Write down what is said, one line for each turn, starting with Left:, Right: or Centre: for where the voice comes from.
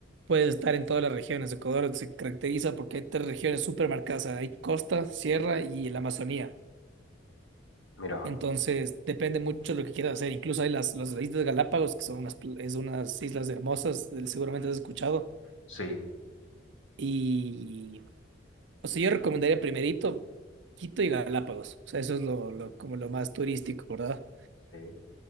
Right: puedes estar en todas las regiones. Ecuador se caracteriza porque hay tres regiones súper marcadas, o sea, hay costa, sierra y la Amazonía.
Left: Mira,
Right: Entonces, depende mucho de lo que quieras hacer. Incluso hay las, las Islas Galápagos, que son unas, pl- es unas islas hermosas, eh, seguramente has escuchado.
Left: sí,
Right: Y, o sea, yo recomendaría primerito Quito y Galápagos, o sea, eso es lo, lo, como lo más turístico, ¿verdad?
Left: sí.